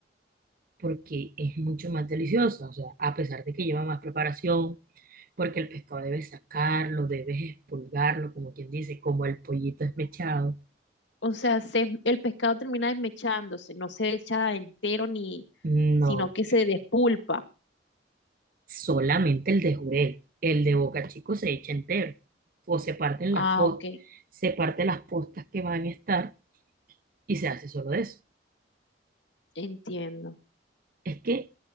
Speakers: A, on the right; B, on the left.
A: porque es mucho más deliciosa, o sea, a pesar de que lleva más preparación, porque el pescado debes sacarlo, debes expulgarlo, como quien dice, como el pollito esmechado.
B: O sea, se- el pescado termina desmechándose, no se echa entero ni,
A: No,
B: sino que se despulpa.
A: solamente el de jurel, el de boca chico se echa entero o se parten
B: Ah,
A: las postas,
B: ok,
A: se parte las postas que van a estar y se hace solo de eso.
B: entiendo.
A: Es que